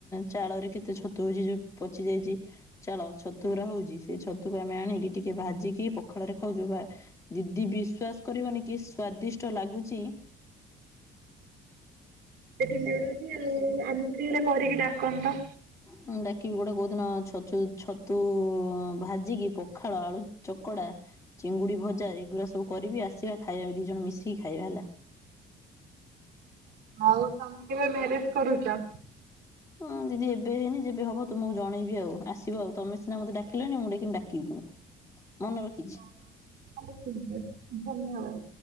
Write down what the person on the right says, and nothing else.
ସେଠି ମିଳୁଚି ଆଉ ଆମକୁ ଟିକେ ହେଲେ କରିକି ଡାକନ୍ତ?
ଆଉ ତମେ କେବେ ମ୍ୟାରେଜ କରୁଚ?
<inaudible>
ହଁ ତାଆ ହେଲେ ପିନ୍ଧି ଦୋଉଚି ଧନ୍ୟବାଦ।